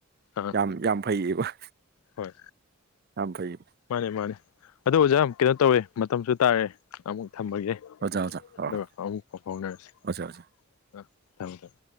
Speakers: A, on the left (about 85°); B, on the right (about 45°).
A: ꯑꯥ
B: ꯌꯥꯝ ꯌꯥꯝ ꯐꯩꯌꯦꯕ
A: ꯍꯣꯏ
B: ꯌꯥꯝ ꯐꯩꯌꯦꯕ
A: ꯃꯥꯅꯦ ꯃꯥꯅꯦ ꯑꯗꯨ ꯑꯣꯖꯥ ꯀꯩꯅꯣ ꯇꯧꯋꯦ ꯃꯇꯝꯁꯨ ꯇꯥꯔꯦ ꯑꯃꯨꯛ ꯊꯝꯃꯒꯦ <inaudible>
B: ꯑꯣꯖꯥ ꯑꯣꯖꯥ ꯍꯣꯏ
A: ꯑꯗꯨꯒ
B: ꯍꯣꯏ
A: ꯑꯃꯨꯛ ꯄꯥꯎ ꯐꯥꯎꯅꯔꯁꯤ
B: ꯑꯣꯖꯥ ꯑꯣꯖꯥ
A: ꯑꯝ ꯊꯝꯃꯦ ꯊꯝꯃꯦ